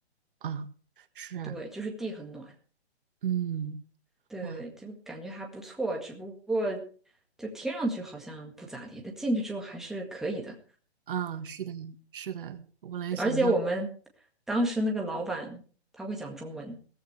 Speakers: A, on the right; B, in the centre.
A: 啊，是，
B: 对，就是地很暖。
A: 嗯，
B: 对对对，
A: 哇，
B: 就感觉还不错，只不过就听上去好像不咋地，但进去之后还是可以的。
A: 啊，是的，是的，我来想象，
B: 而且我们当时那个老板他会讲中文，